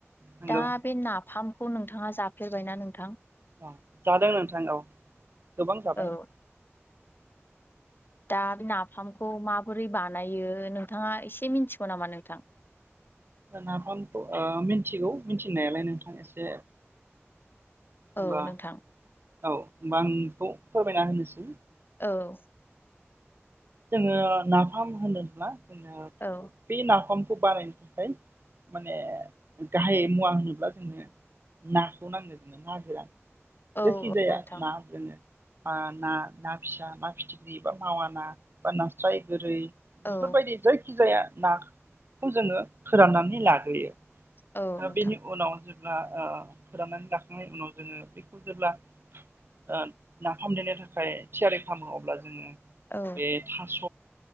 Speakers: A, on the right; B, on the left.
A: नंगौ
B: दा बे नाफामखौ नोंथाङा जाफेरबायना नोंथां?
A: अ जादों नोंथां औ गोबां जाबाय।
B: औ दा नाफामखौ माबोरै बानायो नोंथाङा एसे मिनथिगौ नामा नोंथां?
A: नाफामखौ ओ मिथिगौ मिथिनायालाय नोंथां एसे होमबा
B: औ नोंथां।
A: औ होमबा आं बेखौ फोरमायना होनोसै
B: औ
A: जोङो नाफाम होनोब्ला जोङो
B: औ
A: बे नाफामखौ बानायनो थाखाय माने गाहाय मुवा होनोब्ला जोंनो नाखौ नांगौ जोंनो ना गोरान
B: औ
A: जायखि जाया
B: नोंथां
A: ना जोंङो ओ ना, ना फिसा, ना फिथिख्रि बा मावा ना बा नास्राय गोरै बेफोरबायदि
B: औ
A: जायखि जाया नाखौ जोङो फोराननानै लाग्रोयो। ओ
B: औ नोंथां
A: बेनि उनाव जों आ ओ फोराननानै लाखांनायनि उनाव जोङो बेखौ जेब्ला ओ नाफाम देनो थाखाय थियारि खालामो अब्ला जोङो
B: औ
A: बे थास'